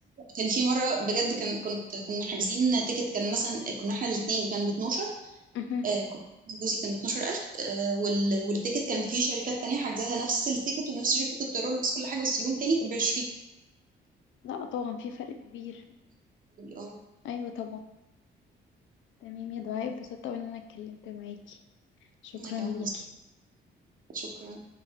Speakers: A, on the right; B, on the left.
A: كان في مره بجد كان كنت كنا حاجزين تيكت كان مثلا كنا احنا الاثنين كان ب 12
B: اها
A: آه، كنت جوزي كان ب 12000 آه، وال- والتيكت كان في شركات تانية حجزاها نفس التيكت ونفس شركة الطيران ونفس كل حاجة بس يوم تاني كان ب 20
B: لا طبعا في فرق كبير
A: اه
B: ايوه طبعا تمام يا دعاء اتبسطت أوي ان انا اتكلمت معاكي شكرا
A: انا كمان
B: ليكي
A: بس شكرا